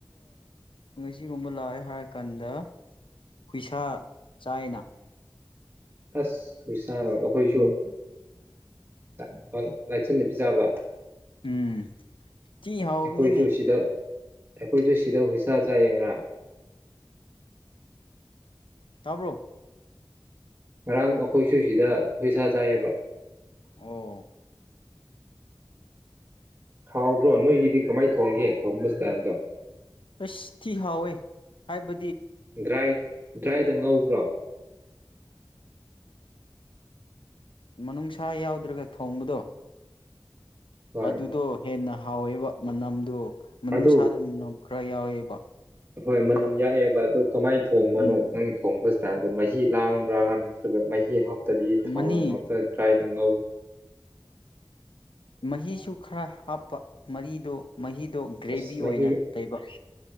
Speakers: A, on the left; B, on the right.
A: ꯉꯁꯤꯒꯨꯝꯕ ꯂꯥꯛꯑꯦ ꯍꯥꯏꯔꯀꯥꯟꯗ ꯍꯨꯏꯁꯥ ꯆꯥꯏꯑꯦꯅꯥ
B: ꯑꯁ ꯍꯨꯏ ꯁꯥꯔꯣ ꯑꯩꯈꯣꯏꯁꯨ <unintelligible> ꯂꯥꯏꯆꯟꯅ ꯄꯤꯆꯥꯕ
A: ꯎꯝ ꯊꯤ ꯍꯥꯎꯕꯥꯅꯤꯅꯦ
B: ꯑꯩꯈꯣꯏꯁꯨ ꯁꯤꯗ ꯑꯩꯈꯣꯏꯁꯨ ꯁꯤꯗ ꯍꯨꯏꯁꯥ ꯆꯥꯏꯌꯦ ꯉꯔꯥꯡ
A: ꯇꯥꯕ꯭ꯔꯣ
B: ꯉꯔꯥꯡ ꯑꯩꯈꯣꯏꯁꯨ ꯁꯤꯗ ꯍꯨꯏꯁꯥ ꯆꯥꯏꯌꯦꯕ <inaudible>
A: ꯑꯣ
B: ꯍꯥꯎꯕ꯭ꯔꯣ ꯅꯣꯏꯒꯤꯗꯤ ꯀꯃꯥꯏ ꯊꯣꯡꯒꯦ ꯊꯣꯡꯕ ꯁꯇꯥꯏꯜꯗꯣ
A: ꯑꯁ ꯊꯤ ꯍꯥꯎꯋꯦ ꯍꯥꯏꯕ
B: ꯗ꯭ꯔꯥꯏ ꯗ꯭ꯔꯥꯏꯗ ꯉꯧꯕ꯭ꯔꯣ
A: ꯃꯅꯨꯡꯁꯥ ꯌꯥꯎꯗ꯭ꯔꯒ ꯊꯣꯡꯕꯗꯣ
B: ꯍꯣꯏ
A: ꯑꯗꯨꯗꯣ ꯍꯦꯟꯅ ꯍꯥꯎꯋꯦꯕꯥ ꯃꯅꯝꯗꯣ ꯃꯅꯨꯡꯁꯥꯗ
B: ꯑꯗꯨ
A: ꯃꯅꯝ ꯈꯔ ꯌꯥꯎꯑꯦꯕꯥ
B: ꯍꯣꯏ ꯃꯅꯝ ꯌꯥꯛꯑꯦ ꯑꯗꯣ ꯀꯃꯥꯏꯟ ꯊꯣꯡꯕꯅꯣ
A: ꯎꯝ
B: ꯅꯪ ꯊꯣꯡꯕꯁ ꯇꯜꯗꯣ ꯃꯍꯤ ꯂꯥꯡꯕ꯭ꯔꯥ ꯅꯠꯇ꯭ꯔꯒ ꯃꯍꯤ ꯍꯥꯞꯄ ꯗꯤ ꯊꯥꯎ
A: ꯃꯅꯤ
B: ꯅꯨꯡ ꯉꯥꯛꯇ ꯗ꯭ꯔꯥꯏ ꯉꯥꯎ
A: ꯃꯍꯤꯁꯨ ꯈꯔ ꯍꯥꯞꯄ ꯃꯍꯤꯗꯣ ꯃꯍꯤꯗꯣ ꯒ꯭ꯔꯦꯚꯤ
B: ꯑꯁ ꯃꯍꯤ
A: ꯑꯣꯏꯅ ꯂꯩꯕ